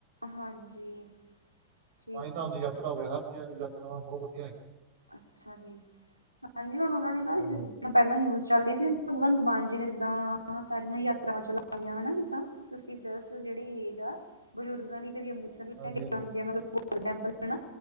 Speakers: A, on the left (about 85°); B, on the right (about 50°).
A: ਹਾਂਜੀ, ਠੀਕ
B: ਪੰਜ ਧਾਮ
A: ਹੈ
B: ਦੀ ਯਾਤਰਾ
A: ਜੀ।
B: ਹੋਵੇ ਹਰ ਯਾਤਰਾਵਾਂ, ਬਹੁਤ ਵਧੀਆ ਹੈਗੀਆਂ।
A: ਅੱਛਾ ਜੀ, ਹਾਂਜੀ ਹੁਣ ਉਹਨਾਂ ਨੇ ਨਾ
B: ਹਾਂਜੀ ਹਾਂਜੀ ਹਾਂਜੀ
A: ਪਹਿਲਾਂ ਨਿਊਜ਼ ਚੱਲਦੀ ਸੀ। ਭਗਵੰਤ ਮਾਨ ਜੀ ਨੇ, ਜਿੱਦਾਂ ਸਾਰੀਆਂ ਯਾਤਰਾ ਚਲਾਵਾਈਆਂ ਵ ਨਾ ਜਿੱਦਾਂ ਫਿਫਟੀ ਪਲੱਸ ਜਿਹੜੀ ਬਜ਼ੁਰਗਾਂ ਦੀ ਦੀ ਅੰਮ੍ਰਿਤਸਰ ਲੈ
B: ਹਾਂਜੀ
A: ਕੇ
B: ਹਾਂਜੀ
A: ਜਾਂਦੀ ਆ, ਮਤਲਬ ਗੋਲਡਨ ਟੈਂਪਲ ਹੈ ਨਾ,